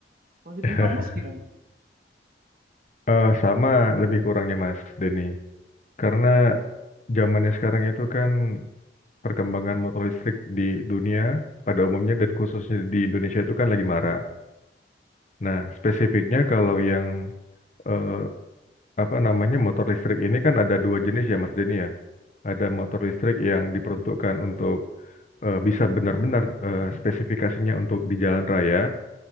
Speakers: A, on the right; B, on the left.
A: Kalau di
B: <laughs>
A: tempat Mas gimana?
B: Eh, sama lebih kurangnya Mas Denny. Karena zamannya sekarang itu kan perkembangan motor listrik di dunia pada umumnya dan khususnya di Indonesia itu kan lagi marak. Nah, spesifiknya kalau yang eh, apa namanya motor listrik ini kan ada dua jenis ya Mas Denny ya. Ada motor listrik yang diperuntukkan untuk eh, bisa benar-benar eh, spesifikasinya untuk di jalan raya